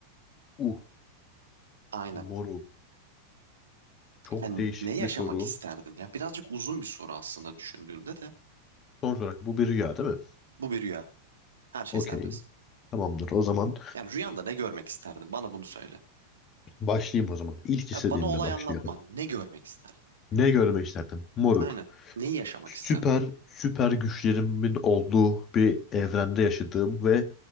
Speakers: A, on the left; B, on the right.
A: Uh
B: Aynen.
A: moru çok
B: Yani
A: değişik
B: ne yaşamak
A: bir soru.
B: isterdin? Ya birazcık uzun bir soru aslında düşündüğünde de
A: Sonuç olarak bu bir rüya değil mi?
B: bu bir rüya. Her şey
A: Okey.
B: serbest.
A: Tamamdır. O zaman
B: Yani rüyanda ne görmek isterdin? Bana bunu söyle.
A: başlayayım o zaman. İlk istediğimle
B: Ya bana olay
A: başlıyorum.
B: anlatma. Ne görmek isterdin?
A: Ne görmek isterdim? Moruk.
B: Aynen. Neyi yaşamak
A: Süper
B: isterdin?
A: süper güçlerimin olduğu bir evrende yaşadığım ve